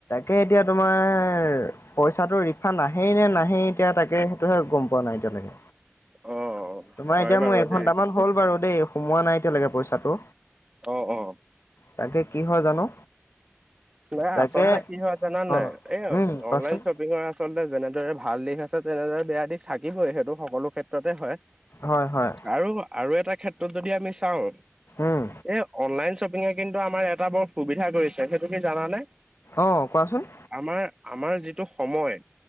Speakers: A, on the left; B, on the right.
A: তাকে এতিয়া তোমাৰ পইচাটো ৰিফাণ্ড আহেই নে নাহেই এতিয়া তাকে সেইটোহে গম পোৱা নাই এতিয়ালৈকে
B: অ',
A: তোমাৰ
B: হয়
A: এতিয়া
B: বাৰু
A: মোৰ এঘন্টামান
B: দেই,
A: হ'ল বাৰু দেই সোমোৱা নাই। এতিয়ালৈকে পইচাটো।
B: অ', অ'।
A: তাকে কি হয় জানো।
B: নাই
A: তাকে
B: আচলতে কি হয় জান নাই
A: অঁ
B: এই
A: উম কোৱাচোন
B: অনলাইন শ্বপিংৰ আ আচলতে যেনেদৰে ভাল দিশ আছে তেনেদৰে বেয়া দিশ থাকিবই সেইটো। সকলো ক্ষেত্ৰতে হয়
A: হয় হয়
B: আৰু আৰু এটা ক্ষেত্ৰত যদি আমি চাওঁ
A: উম
B: এ অনলাইন শ্বপিঙে কিন্তু আমাৰ এটা বৰ সুবিধা কৰিছে। সেইটো কি জানানে?
A: অ। কোৱাচোন
B: আমাৰ আমাৰ যিটো সময়,